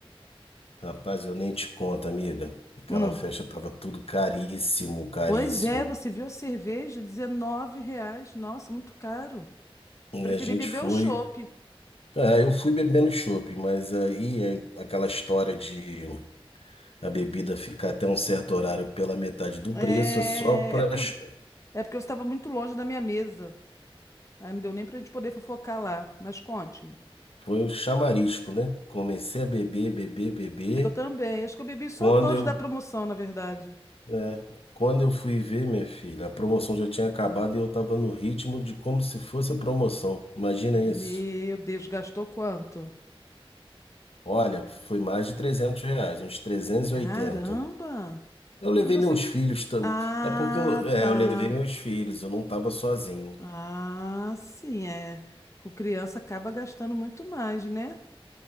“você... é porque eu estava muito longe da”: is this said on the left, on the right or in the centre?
Left